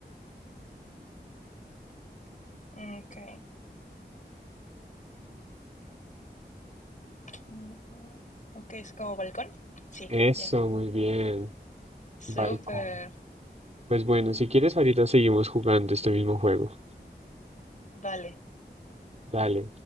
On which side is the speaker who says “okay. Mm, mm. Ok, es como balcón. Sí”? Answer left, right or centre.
Left